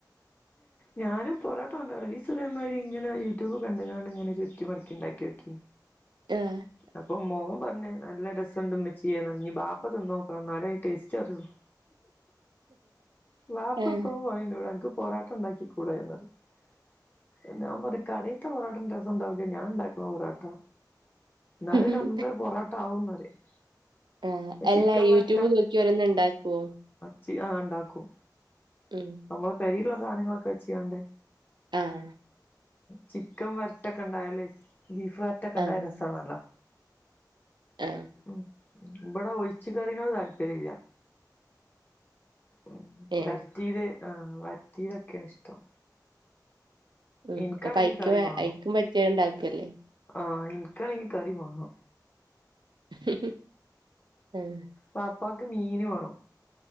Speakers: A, on the left; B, on the right.
A: ഞാനും പൊറോട്ട ഒണ്ടല്ലോ ഒരു ദിവസം ഇതേ മാതിരി ഇങ്ങനെ യൂട്യൂബ് കണ്ട് എങ്ങാണ്ട് ഇങ്ങനെ ചുറ്റി മടക്കി ഉണ്ടാക്കി നോക്കി
B: ആഏ <unintelligible>
A: അപ്പൊ മോൻ പറഞ് നല്ല രസയുണ്ട് ഉമ്മച്ചി പറഞ്ഞു ബാപ്പാ തിന്നോക്കണം എന്നാലെ ടേസ്റ്റ് അറിയുള്ളൂ വാപ്പ
B: ആഹ്
A: എപ്പഴും പറയും എന്നോട് എനക്ക് പൊറോട്ട ഉണ്ടാക്കികൂടെ എന്ന് പറയും ഞാൻ പറയും കടെ തന്നുവിടും ഒരു ദിവസം ഞാൻ ഉണ്ടാക്കിയ പൊറോട്ട എന്നാലും ഒര്
B: ആഹ്
A: ഒന്ന് ഒന്നര പൊറോട്ട ആവുയെന്ന് പറയും
B: ആഹ്. അല്ല
A: ചിക്കൻ
B: യൂട്യൂബ്
A: വരണ്ട്
B: നോക്കി ഓരോന്നുണ്ടാക്കുവോ?
A: ചി ആഹ ആ ഉണ്ടാക്കും
B: ഉം
A: നമ്മളെ കൈയിലുള്ള സാധനങ്ങളൊക്കെ വെച്ച് കാണ്ട്-
B: ആഹ്
A: ചിക്കൻ വരട്ടൊക്കെ ഉണ്ടായല് ബീഫ് വരട്ടൊക്കെ ഉണ്ടായ
B: ആഹ്.
A: രസമാണല്ലോ
B: ആഹ്
A: ഉം ഇവിടെ ഒഴിച്ച് കറിനോട്‌ താല്പര്യം ഇല്ല ഉം
B: ഏഹ്.
A: വറട്ടിയത് ആഹ് വറ ട്ടിയതൊക്കെയാണ് ഇഷ്ടം
B: ഉം
A: എനിക്കാണെങ്കി
B: അയ്ക്ക്
A: കറി
B: വേ
A: വേണം
B: അയ്ക്കും പറ്റിയ ഇണ്ടാക്ക് അല്ലേ
A: ആഹ് എനിക്കാണെങ്കിൽ കറി വെണം
B: ഹേ <unintelligible>
A: വാപ്പാക്ക് മീന് വേണം